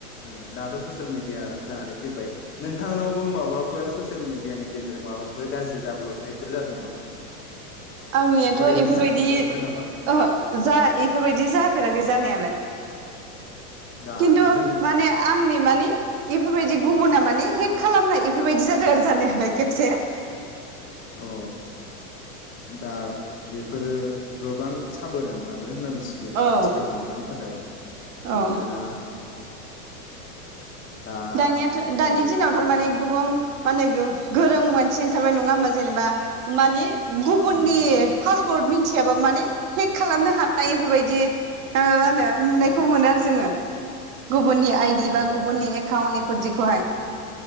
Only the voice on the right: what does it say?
आंनियाथ
एफोरबायदि
ओहो जा एफोरबायदि जा फेराखै जानायालाय।
किन्तु
माने आंनि माने इफोरबायदि गुबुना माने हेख खालामनाय एफोरबायदि जादों आरो जानायालाय खेबसे।
औ
औ
दानियाथ
दानि दिनाव थारमाने। गुबां माने गो-गोरों मानसि ओंखारबाय नङा होमबा जेनेबा। मानि गुबुननि
पासपर्ट मिथ थिया बाबो माने हेक खालामनो हानाय इफोरबायदि ओ। नो नुनायखौ
मोनो आरो जोङो गुबुननि आइडि
बा गुबुननि एक थावनिफोरदिखौहाय।